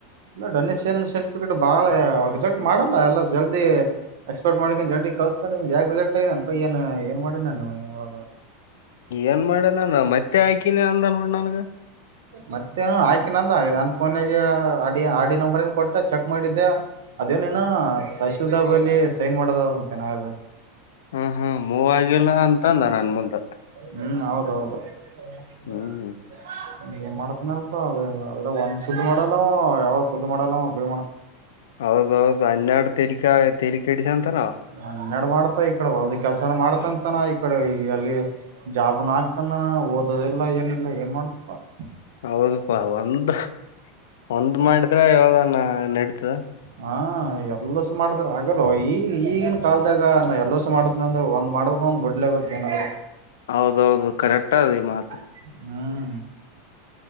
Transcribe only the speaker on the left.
ಏನ್ ಮಾಡ್ಯಾನ ನಾನ್ ಮತ್ತೆ ಹಾಕಿನಿ ಅಂದ ನೋಡ ನನಗ. <unintelligible>
ಹೂ ಹೂ ಮೂವಗಿಲ್ಲ ಅಂತ ಅಂದ ನನ್ನ ಮುಂದ. <unintelligible>
ಹ್ಮ್
ಹೌದ ಹೌದ ಹನ್ನೆರಡ ತೆಲಕಾ ತೇಲೀಕೆಡಿಸಕೊಂತನ ಅವ. <unintelligible>
ಹೌದಪಾ ಒಂದ ಒಂದ್ ಮಾಡಿದ್ರೆ ಯಾವದಾನ ನಡೀತದ. <unintelligible>
ಹೌದ ಹೌದು ಕರೆಕ್ಟ್ ಅದ ಈ ಮಾತ್. <unintelligible>